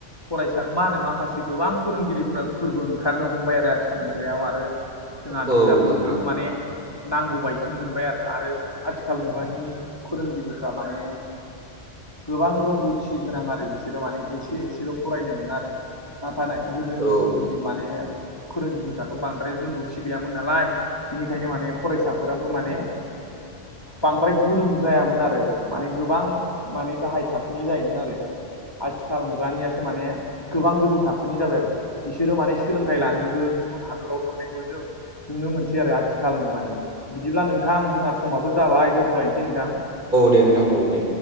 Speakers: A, on the left; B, on the right.
A: फरायसा मा होनो माखासे गोबां फोरोंगिरिफ्रा फोरबो ओंखारनो हमबाय आरो आथिखालनि मुगायाव आरो जोंहा
B: औ
A: बिजाबफोरखौबो
B: नंगौ नोंथां
A: माने नांगौ बायदि मोनबाय आरो आरो आथिखाल मुगानि फोरोंगिरिफ्रा माने गोबां रोंगौथि गोनां आरो बिसोरो माने एसे एसेल' फरायनाय नङा आरो। नाथाय गोदोनि
B: औ
A: समनि माने फोरोंगिरिफ्राथ' बांद्राय रोंगौथि गैयामोन नालाय बिनिखायनो माने फरायसाफोराबो माने बांद्राय गोरों जायामोन आरो माने गोबां माने गाहाय थाखोनि जायोमोन आरो। आथिखाल मुगानिया। माने गोबां गोजौ थाखोनि जाबाय आरो बिसोरो मान सोलोंथ लानोबो हादराव थांनायखौ जों नुनो मोनसै आरो आथिखाल मुगानि बिदिब्ला नोंथां जों समाबो जाबाय दोनथ'लायनोसै नोंथां औ।
B: दे नोंथां औ दे